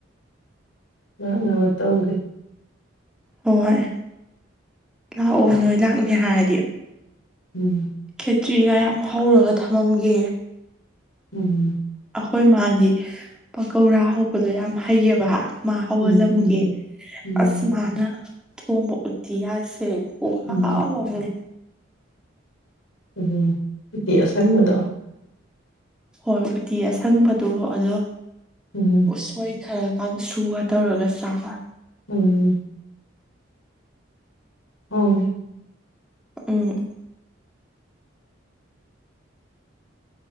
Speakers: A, on the left; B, in the centre.
A: ꯂꯥꯛꯅꯕ ꯇꯧꯒꯦ
B: ꯍꯣꯏ ꯂꯥꯛꯑꯣ ꯅꯣꯏ ꯂꯥꯛꯅꯤ ꯍꯥꯏꯔꯗꯤ
A: ꯎꯝ
B: ꯇ꯭ꯔꯤꯒ ꯌꯥꯝ ꯍꯧꯔꯒ ꯊꯝꯃꯝꯒꯦ
A: ꯎꯝ
B: ꯑꯩꯈꯣꯏ ꯃꯥꯗꯤ ꯄꯀꯧꯔꯥ ꯍꯧꯕꯗꯣ ꯌꯥꯝ ꯍꯩꯌꯦꯕ ꯃꯍꯥꯎꯜꯂꯝꯒꯤ
A: ꯎꯝ ꯎꯝ ꯎꯝ
B: ꯑꯁꯃꯅ ꯊꯣꯡꯕ ꯎꯇꯤꯌꯥꯁꯦ ꯑꯣ ꯍꯥꯥꯥꯎ
A: ꯎꯝ
B: ꯑꯃꯝꯃꯤ
A: ꯎꯝꯝ ꯏꯇꯤ ꯑꯥꯁ ꯃꯗꯥ
B: ꯍꯣꯏ ꯎꯇꯤ ꯑꯁꯪꯕꯗꯣ ꯑꯗꯣ
A: ꯎꯝ
B: ꯎꯁꯣꯏ ꯈꯔ ꯁꯨꯕ ꯇꯧꯔꯒ ꯆꯥꯕ
A: ꯎꯝ ꯑꯣ
B: ꯎꯝ